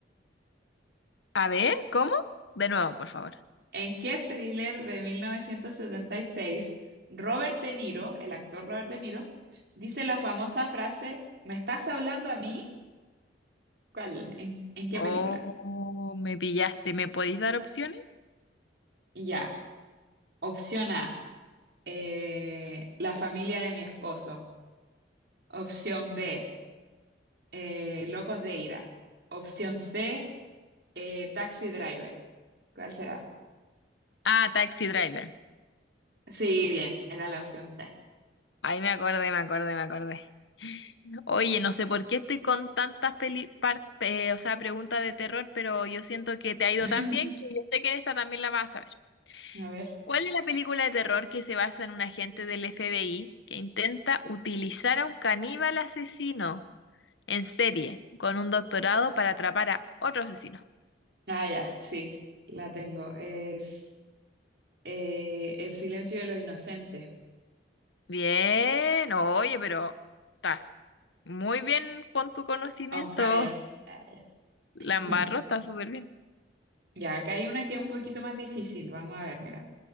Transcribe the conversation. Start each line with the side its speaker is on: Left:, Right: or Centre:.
Left: A ver, ¿cómo? De nuevo, por favor.
Right: ¿En qué thriller de 1976 Robert De Niro, el actor Robert De Niro, dice la famosa frase, ¿me estás hablando a mí? ¿Cuál? ¿En, en qué
Left: Oh,
Right: película?
Left: me pillaste. ¿Me podéis dar opciones?
Right: Ya. Opción A, eh, La familia de mi esposo. Opción B, eh, Locos de ira. Opción C, Eh, Taxi Driver. ¿Cuál será?
Left: Ah, Taxi Driver.
Right: Sí, bien, era la opción C.
Left: Ahí me acordé, me acordé, me acordé. Oye, no sé por qué estoy con tantas peli par- eh, o sea, preguntas de terror, pero yo siento que te ha ido
Right: <laughs>
Left: tan bien que yo sé que en esta también la vas a ver.
Right: A ver.
Left: ¿Cuál es la película de terror que se basa en un agente del FBI que intenta utilizar a un caníbal asesino? en serie, con un doctorado para atrapar a otro asesino.
Right: Ah, ya, sí, la tengo. Es eh, El silencio de los inocentes.
Left: Bien, oye, pero estás muy bien con tu conocimiento,
Right: On fire. Ah, ya.
Left: Lambarro,
Right: <laughs>
Left: está súper bien.
Right: Ya, acá hay una que es un poquito más difícil. Vamos a ver, mira.